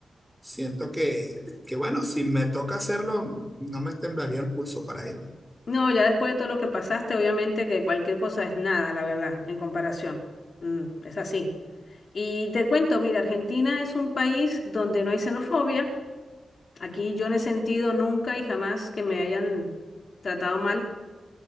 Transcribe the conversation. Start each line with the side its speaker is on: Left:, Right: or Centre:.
Centre: Siento que, que, bueno, si me toca hacerlo, no me temblaría el pulso para ir.
Left: No, ya después de todo lo que pasaste, obviamente que cualquier cosa es nada, la verdad, en comparación. Mm, es así. Y te cuento, mira, Argentina es un país donde no hay xenofobia. Aquí yo no he sentido nunca y jamás que me hayan tratado mal